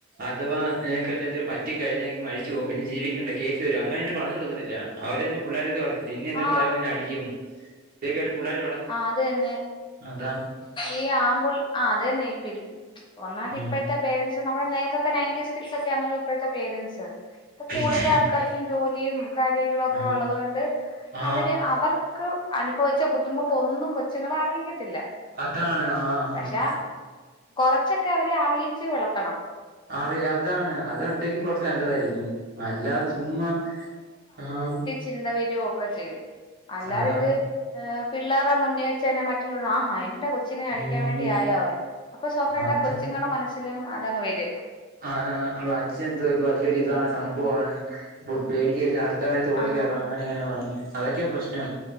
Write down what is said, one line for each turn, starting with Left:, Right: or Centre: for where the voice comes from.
Right: അഥവാ നിനക്കെന്തെങ്കിലും പറ്റികഴിഞ്ഞാൽ നീ മരിച്ചു പോകും പിന്ന ജീവിക്കണ്ട കേസ് വരും അങ്ങനെ പിന്നെ പറഞ്ഞൊടുക്കുന്നില്ല അവരെന്നെ പുള്ളാരുവായിട്ട് കളിച്ച്
Left: ആ
Right: <unintelligible> പറയാവന്ന എന്നെ അടിക്കും ഇത്കേട്ട് പുള്ളാര്
Left: ആഹ് അതന്നെ
Right: അതാ
Left: ഈ ആമ്പുൾ ആഹ് അതെന്നെ ഈ പിൾ ഒന്നാമത്
Right: ഉം
Left: ഇപ്പഴത്തെ പേരന്റ്സ് നമ്മുടെ നേരത്തെ നയന്റീൻസ് കിഡ്സൊക്കെയാണല്ലോ ഇപ്പോഴത്തെ പേരന്റ്സ് ഇപ്പൊ
Right: പിന്നെ
Left: കൂടുതൽ ആൾക്കാർ ക്കും ജോലിയും കാര്യങ്ങളും ഒക്കെ
Right: ആ
Left: ഉള്ളത്കൊണ്ട്
Right: ആ
Left: അവര് അവർക്ക് അനുഭവിച്ച ബുദ് ദ്ധിമുട്ടൊന്നും കൊച്ചുങ്ങളെ അറിയിക്കത്തില്ല
Right: അതാണ് ആഹ്
Left: പക്ഷെ
Right: ആഹ്
Left: കൊറച്ചൊക്കെ അവരെ അറിയിച്ച് വളർത്തണം
Right: അറിയ അതാണ് അത്ണ്ടെങ്കി കുറച്ച്നല്ലതായിരിക്കും അല്ലാതെ ചുമ്മാ ആഹ്
Left: ചിന്തവരൊക്കെ ചെയ്യും അല്ലാതെ
Right: അതാ
Left: ഇത് പിള്ളാർടെ മുന്നിവെച്ചന്നെ മറ്റുള്ളവരുടെ ആഹാ എന്റെ കൊച് ച്ചിനെ അടിക്കാൻ
Right: ഉം
Left: വേണ്ടി ആയി അവൻ അപ്പൊ സ്വാഭാവികായിട്ടും
Right: അതാ
Left: ആ കൊച്ചുങ്ങളുടെ മനസ്സിലും അതങ്ങ് വരും
Right: അതാ അപ്പൊ അച്ഛൻ എന്തോയ്ത് വല്ലൊരിതാണ് സംഭവമാണ് അപ്പൊ പേടിക്ക <unintelligible> <unintelligible> തോളികേറാ
Left: ആ
Right: അങ്ങനെ ഇങ്ങനെ പറഞ്ഞ് അതൊക്കെയാ പ്രശ്നം